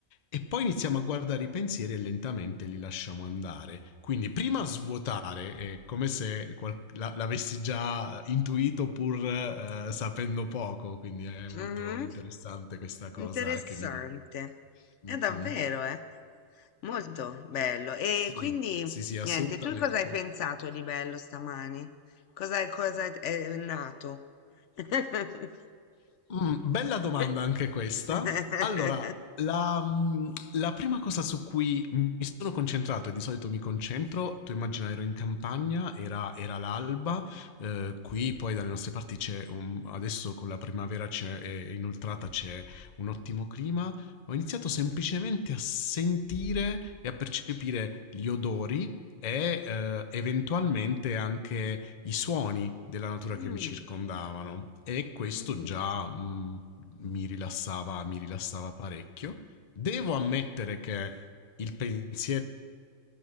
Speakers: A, on the left; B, on the left.
A: e poi iniziamo a guardare i pensieri e lentamente li lasciamo andare. Quindi prima svuotare, è come se qual- la- l'avessi già intuito pur eh, sapendo poco, quindi è molto
B: Mhm.
A: interessante questa cosa
B: Interessante.
A: che mi dici.
B: È
A: Mm-mm.
B: davvero, eh? Molto bello. E
A: Sì,
B: quindi,
A: sì, sì, assolutamente.
B: niente, tu cosa hai pensato di bello stamani? Cosa, cosa è nato? <laughs>
A: Mm, bella domanda anche questa. Allora, la, mm, la prima cosa su cui mi sono concentrato, e di solito mi concentro, tu immagina ero in campagna, era, era l'alba, eh, qui poi dalle nostre parti c'è, un, adesso con la primavera c'è, è inoltrata c'è un ottimo clima, ho iniziato semplicemente a sentire e a percepire gli odori e eh, eventualmente anche i suoni della natura
B: Mm,
A: che mi circondavano e questo
B: mm.
A: già mh, mi rilassava, mi rilassava parecchio. Devo ammettere che il pensiero